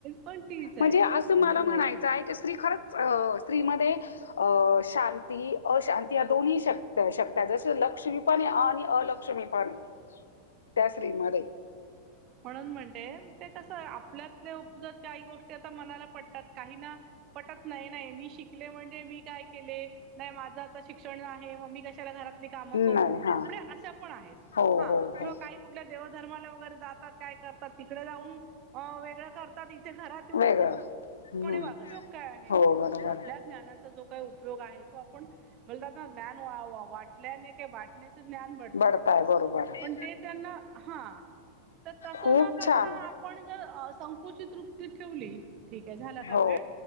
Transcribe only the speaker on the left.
म्हणजे अस मला
म्हणायचाय
ती स्त्री खरच अ स्त्रीमध्ये अ शांती अशांती या दोन्ही श शक्त्या जसे लक्ष्मीपणे आणि अलक्ष्मी पणाय. त्या स्त्री मध्ये.
नाही
हा.
हो
हो
हो.
वेगळं हम्म.
हो बरोबर
आहे.
बढताय बरोबर आहे.
खूप
छान.
हो